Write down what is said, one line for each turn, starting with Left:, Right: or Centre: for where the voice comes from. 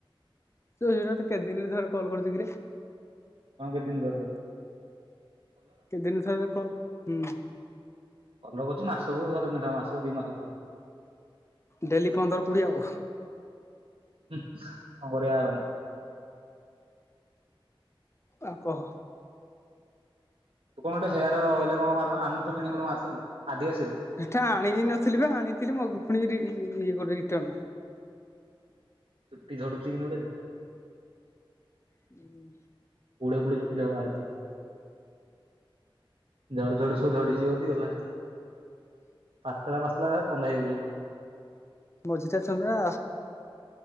Left: ତ ସେଟା ତ କେତେ ଦିନରେ ଥରେ କଲ୍ କରୁଚୁ କିରେ?
Right: କଣ କେତେ ଦିନ ପରେ।
Left: କେତେ ଦିନି ଥରେ କ ହୁଁ।
Right: କଲର୍ କରୁଚି ମାସକୁ ଥରେ ନେଖା ମାସକୁ ଦି ମାସକୁ ଥରେ।
Left: ଡେଲି ପନ୍ଦର କୋଡିଏ ଆଉ।
Right: କଣ କରିବା ଆଉ?
Left: ଆଉ କହ।
Right: ତୁ କଟେ ହେୟାର ଅଏଲେ ମାରୁନୁ କଣ ଆଣିନଥିଲୁ କିଣିକି ଗୋଟେ ମାରୁଥିଲୁ। ଆଦିବାସୀର।
Left: ସେଟା ଆଣି ବି ନଥିଲି ବେ ଆଣିଥିଲି ମ ପୁଣି ରି ଇଏ କରି ରିଟନ।
Right: ଚୁଟି ଝଡ଼ୁଚିକି ନଡ଼େଲ୍
Left: ହୁଁ।
Right: ପୁଳେ ପୁଳେ ଚୁଟି ଅରା ବାହାରୁଚି। ଝଡ଼ୁ ଝଡ଼ୁ ସବୁ ଝଡ଼ି ଯିବତି ଗଲା। ପାଚଲା-ପାଚଲା ତମେ ବୋଲି
Left: ମଝିରେ ଚନ୍ଦା।